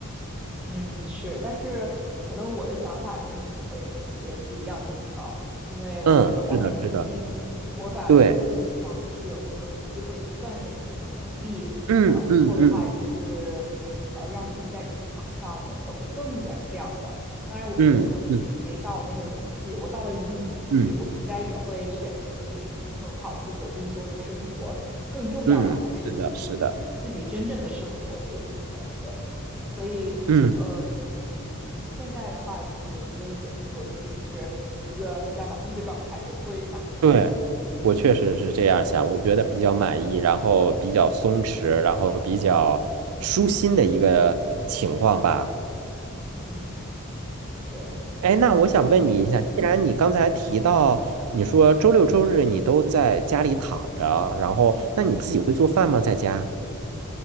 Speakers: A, in the centre; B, on the right.
A: 嗯，是，但是可能我的想法跟你会有一些不一样的地方，因为我觉得我还年轻，
B: 嗯，是的，是的，
A: 我反而是更希望就是有更多的机会去锻炼自己的能力，
B: 对，嗯嗯嗯
A: 啊、以后的话就是呃让自己在职场上能走得更远这样的。当然，我觉得我可能也是没到那个年纪，
B: 嗯嗯
A: 我到了一定年纪，
B: 嗯
A: 我应该也会选择就是平衡好自己的工作和生活，更重要的还是自己自己真正的生活这一部分，
B: 嗯，是的，是的，
A: 对。所以，
B: 嗯。
A: 呃，你现在的话，就是你对你的工作其实是一个比较满意的状态，也不会想着去，
B: 对，我确实是这样想，
A: 嗯，变更。
B: 我觉得比较满意，
A: 对，
B: 然后比较松弛，然后比较舒心的一个情况吧。
A: 嗯，是，
B: 哎，那我想问你一下，
A: 所以就是每
B: 既然你刚才提到你说周六周日你都在家里躺着，然后那你自己会做饭吗？在家？